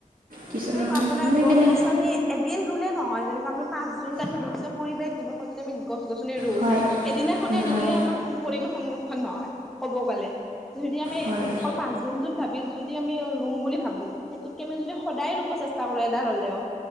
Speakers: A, on the right (about 85°); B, in the centre.
A: কিছুমান
B: সেনেকুৱা আপোনাৰ
A: মানে
B: গছ
A: কেনে
B: গছনি এদিন ৰুলে নহয়, যেনেকুৱা আপুনি- পাঁচ জুন তাৰিত বিশ্ব পৰিৱেশ দিৱসত যদি আমি গছ গছনি ৰুওঁ,
A: হয়
B: সেইদিনাখনে
A: হয়
B: ৰুলে আমাৰ- পৰিবেশ সংৰক্ষন নহয় ক'ব গ'লে যদি আমি
A: হয়
B: অকল পাঁচ জুনটোত- ভাবি যদি আমি ৰুম বুলি ভাবো সেইটোতকে আমি যদি- সদায় ৰুব চেষ্টা কৰো এডাল হ'লেও,